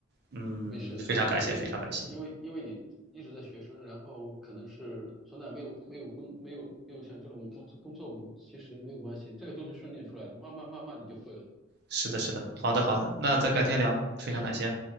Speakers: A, on the right; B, in the centre.
A: 嗯，
B: 没事，
A: 非常感谢，
B: 就是因为因为因为你一直在学生，
A: 非常感谢。
B: 然后可能是从来没有没有工没有没有像这种工作工作过，其实没有关系，这个都是训练出来的，慢慢慢慢你就会了。
A: 是的，是的，好的，好的，那咱改天聊，非常感谢哈。